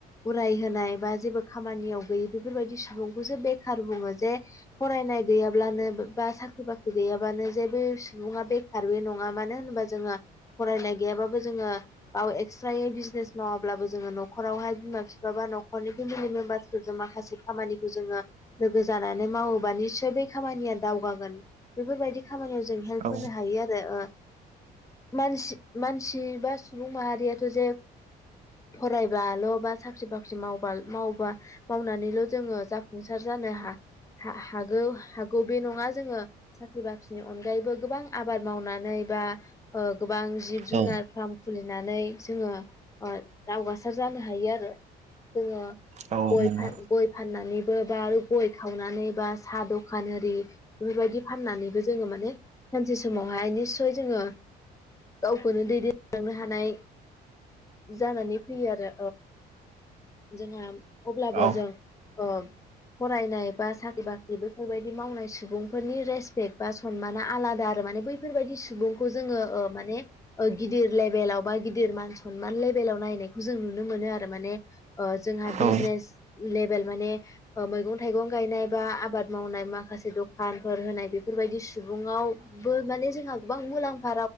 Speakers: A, on the left; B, on the right.
A: उराय होनोनाय बा जेबो खामानियाव गैयि बेफोरबायदि सुबुंखौसो बेखार बुङो जे फरायनाय गैयाब्लानो बा साख्रि बाख्रि गैयाब्लानो जेबो सुबुङा बेखारबो नङा मानो होनोबा जोङो फरायनाय गैयाबाबो जोङो बाव एक्सट्रायै बिजनेस मावाब्लाबो जोङो न'खरावहाय बिमा बिफा बा न'खरनि फेमिलि मेम्बार्सफोरजों माखासे खामानिखौ जोङो लोगो जानानै मावोबा निसय बेै खामानिया दावगागोन बेफोरबायदि खामानियाव जों हेल्प
B: औ
A: होनो हायो आरो मानसि मानसि बा सुबुं माहारियाथ' जे फरायबाल' बा साख्रि बाख्रि मावबा मावबा मावनानैल' जोङो जाफुंसार जानो हा हागौ हागौ बे नङा जोङो साख्रि बाख्रिनि अनगायैबो गोबां आबाद मावनानै बा गोबां जिब जुनार
B: औ
A: फार्म खुलिनानै जोङो दावगासार जानो हायो आरो जोङो
B: औ
A: गय
B: नंगौ
A: फा गय फाननानैबो बा आरो गय खावनानै बा साहा दखान आरि बेफोरबायदि फाननानैबो जोङो माने सानसे समावहाय जोङो गावखौनो दैदेनलांनो हानाय जानानै फैयो आरो जोंहा अब्लाबो
B: औ
A: जों ओ फरायनाय बा साख्रि बाख्रि बेफोरबायदि मावनाय सुबुंफोरनि रेसपेक्ट बा सनमाना आलादा आरो माने बैफोरबायदि सुबुंखौ जोङो माने ओ गिदिर लेभेलाव बा गिदिर मान सनमान लेभेलाव नायनायखौ जों नुनो मोनो आरो माने ओ जोंहा बिजनेस
B: औ
A: लेभेल माने ओ मैगं थाइगं गायनाय बा आबाद मावनाय माखासे दखानफोर होनाय बेफोरबायदि सुबुंआव <unintelligible> गोबां मुलाम्फा